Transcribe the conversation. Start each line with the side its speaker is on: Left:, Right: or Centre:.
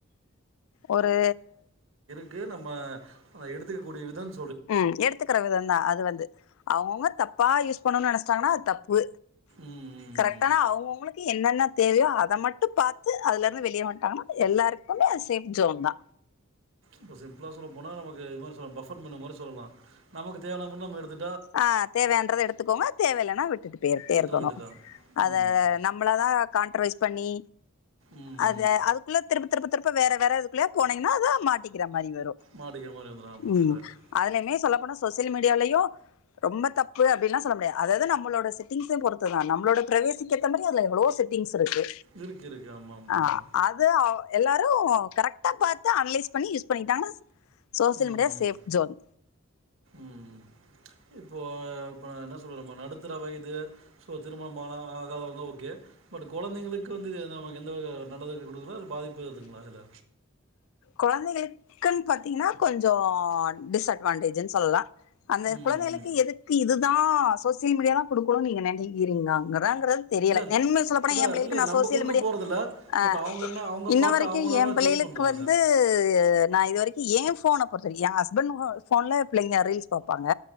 Left: ஒரு
Right: க்கு நம்ம அ எடுத்துக்கக்கூடிய விதம்
Left: ம் எடுத்துக்கற விதம்தா அது வந்து அவங்கவுங்க தப்பா யூஸ் பண்ணுன்னு நெனைச்சிட்டாங்கன்னா அது தப்பு
Right: ம். ம்.
Left: கரெக்டான
Right: ம்.
Left: அவுங் அவுங்ளுக் <unintelligible> என்னென்ன தேவையோ அத மட்டு பாத்து அதுல இருந்து வெளிய வந்டாகன்னா எல்லாருக்குமே அது அது சேஃப் சோன் தா
Right: இப்ப சிம்பிளா சொல்ல போனா நமக்கு இது மேரி சொல்லா பபெட் மெனு மாறி சொல்லலா நமக்கு தேவனா மட்டு நம்ம எடுத்து
Left: ஆ தேவைன்றத எடுத்துக்கோங்க தேவ இல்லன்னா விட்டுட்டு போய்டே
Right: விட்ற
Left: இருக்கணு
Right: வேண்டியதான்.
Left: அத
Right: ம்.
Left: தா நம்மள தா கான்ட்ராவைஸ் பண்ணி
Right: ம்,
Left: அது
Right: ம்.
Left: அதுக்குள்ள திருப்ப திருப்ப திருப்ப வேற வரதுக்குள்ளே போனீங்னா தா மாட்டிக்கிற மாரி வரு
Right: மாட்டிக்கிற மாரி வந்துரும். ஆமா
Left: ம்
Right: கரெக்ட்.
Left: அதுலயுமே சொல்லப்போனா சோசியல் மீடியாவ்லயு ரொம்ப தப்பு அப்டில்லா சொல்ல முடியாத் அதாவ்து நம்மளோட செட்டிங்ஸ பொறுத்து தா நம்ளோட ப்ரைவேசிக்கேத்த மாரி அதுல எவ்ளோ செட்டிங்ஸ் இருக்கு
Right: இருக்கு, இருக்கு. ஆமா, ஆமா,
Left: ஆ
Right: ஆமா.
Left: அது அவ் எல்லாரு கரெக்ட்டா பாத்து அன்லைஸ் பண்ணி யூஸ் பண்ணிட்டாங்ன்னா சோசியல்
Right: ம்,
Left: மீடியா
Right: ம்.
Left: சேஃப் ஜோன்
Right: ம். இப்போ அ இப்போ நா என்ன சொல்லுறமா நடுத்தர வய்து சோ திருமணம் ஆனா ஆ காதவுங்க ஓகே பட் கொழந்தைங்ளுக்கு வந்து என்ன நமக் எந்த வக நல்லத கு குடுக்துங்ளா இல்ல பாதிப்பு துங்ளா அதுல
Left: கொழந்தைக்களுக்குன் பாத்தீங்கன்னா கொஞ்சோ டிஸ்அட்வான்டேஜ்ன்னு சொல்லா அந்த
Right: ம்,
Left: குழந்தைகளுக்கு
Right: ம்.
Left: எதுக்கு இது தா சோசியல் மீடியா தா குடுக்கோனுன் நீங்க நெனைக்கறீங்ளாங்கறே ல்றதுன் தெரியல
Right: இல்ல
Left: நன்மே சொல்லப்போனா
Right: அதான்
Left: எம்பிள்ளைகளுக்கு
Right: இல்ல
Left: நா
Right: நம்ம
Left: சோசியல்
Right: குடுக்க
Left: மீடியா
Right: போறதில்ல.
Left: அ
Right: பட் அவங்க என்ன அவங்க
Left: இன்ன
Right: பார்த்து
Left: வரைக்கு
Right: அவங்களா
Left: எம்பிள்ளைகளுக்
Right: தான் சூஸ் பண்றாங்க.
Left: வந் து நா இது வரைக்கு ஏ ஃபோன பொறுத்த வரிக்கு ஏ ஹஸ்பண்ட் ஒ ஃபோன்ல பிள்ளைங்க ரீல்ஸ் பாப்பாங்க